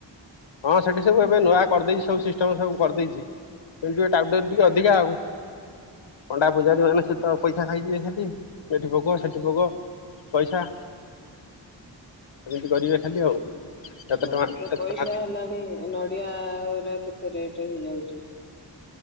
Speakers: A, on the left; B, on the left.
A: ହଁ ସେଠି ସବୁ ଏବେ ନୂଆ କରିଦେଇଛି ସବୁ ସିଷ୍ଟମ ସବୁ କରିଦେଇଛି କିନ୍ତୁ ଏ ଟାଉଟର ଟିକେ ଅଧିକା ଆଉ। ପଣ୍ଡା ପୂଜାରୀ ମାନେ ସେତ ପଇସା ଖାଇ ଯିବେ ଖାଲି ଏଠି ଭୋଗ ସେଠି ଭୋଗ ପଇସା ଏମିତି କରିବେ ଖାଲି ଆଉ, କେତେ
B: ସବୁ
A: ଟଙ୍କା କେତେ
B: ତ ପଇସା
A: ଟଙ୍କା
B: ହେଲାଣି, ନଡିଆ ର କେତେ ରେଟ ହେଇଯାଉଛି।